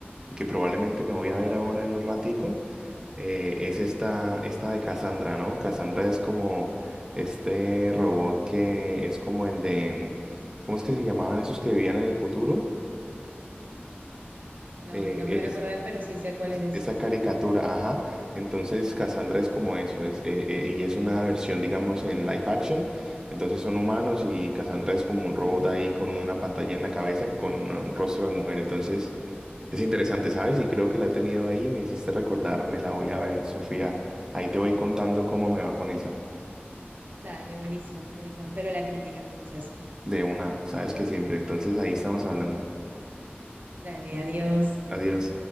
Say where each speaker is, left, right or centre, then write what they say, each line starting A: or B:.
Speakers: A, on the right; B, on the right.
A: y que probablemente me voy a ver ahora en un ratico, eh, es esta, esta de Cassandra, ¿no? Cassandra es como este robot que es como el de, ¿cómo es que se llamaban esos que vivían en el futuro?
B: No,
A: Eh,
B: no
A: es-
B: me voy a acordar, pero sí sé cuáles decís.
A: esa caricatura,
B: Ujú.
A: ajá. Entonces, Cassandra es como eso, es, eh, eh, y es una versión, digamos, en live action. Entonces son humanos y Cassandra es como un robot ahí con una pantalla en la cabeza, con una- un rostro de mujer. Entonces, es interesante, ¿sabes? Y creo que la he tenido ahí, me hiciste recordar, me la voy a ver, Sofía. Ahí te voy contando cómo me va con esa.
B: Dale, buenísimo, buenísimo. Espero la crítica entonces.
A: De una, sabes que siempre. Entonces, ahí estamos hablando.
B: Dale, adiós.
A: Adiós.